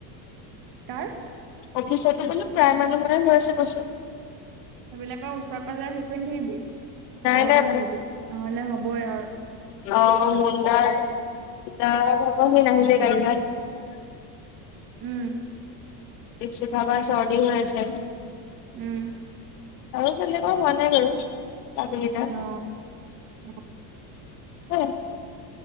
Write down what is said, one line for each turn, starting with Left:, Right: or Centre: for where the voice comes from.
Right: কাৰ?
Left: অফিচতো বোলো প্ৰায় মানুহয় হৈ আছে কচো
Right: সেইবিলাকৰ ওচৰে পাঁজৰে হেই কৰি নাথাকিবি
Left: নাই
Right: আঁতৰে
Left: নাই
Right: আঁতৰে থাকিবি নহলে হবই আৰু।
Left: অঁ মুন্দাৰ- অঁ ঘপা সি নাহিলেই কালি।
Right: উম'
Left: প্ৰিন্সি ভাগৰ চৰ্দি হৈ আছে।
Right: উম'
Left: আৰু বেলেকৰ হোৱা নাই বাৰু বাকিকেইটা।
Right: অ অ
Left: হুম।